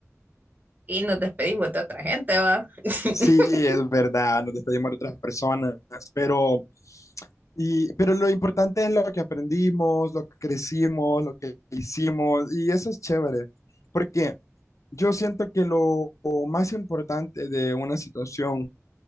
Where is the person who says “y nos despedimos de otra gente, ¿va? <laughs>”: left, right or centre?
Right